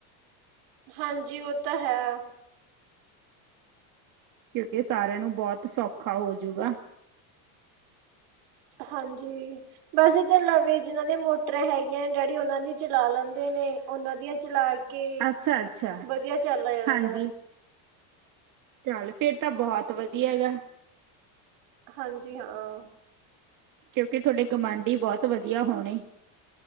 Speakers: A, on the right (about 60°); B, on the right (about 45°).
A: ਹਾਂਜੀ ਓ ਤਾਂ ਹੈ।
B: ਕਿਉਂਕਿ ਸਾਰੇਆਂ ਨੂੰ ਬੋਹਤ ਸੌਖਾ ਹੋਜੂਗਾ।
A: ਹਾਂਜੀ ਬਸ ਇਧਰ ਨਵੀ ਜਿਨਾਂ ਦੀ ਮੋਟਰਾਂ ਹੈਗੀਆ ਨ ਡੈਡੀ ਓਨਾਂ ਦੀ ਚਲਾ ਲੈਂਦੇ ਨੇ ਓਨਾਂ ਦੀ ਚਲਾ ਕੇ
B: ਅੱਛਾ-ਅੱਛਾ
A: ਵਧੀਆ ਚੱਲ ਹੋ ਜਾਂਦਾ।
B: ਹਾਂਜੀ ਚੱਲ ਫੇਰ ਤਾਂ ਬੋਹਤ ਵਧੀਆ ਹੈਗਾ।
A: ਹਾਂਜੀ ਹਾਂ।
B: ਕਿਉਂਕਿ ਤੁਆਡੇ ਗੁਵਾਂਢੀ ਬੋਤ ਵਧੀਆ ਹੋਣੇ।